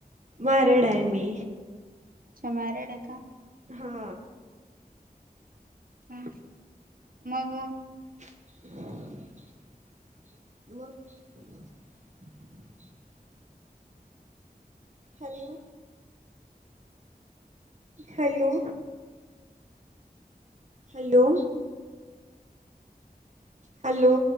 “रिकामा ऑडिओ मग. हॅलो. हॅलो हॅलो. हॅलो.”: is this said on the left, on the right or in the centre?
Right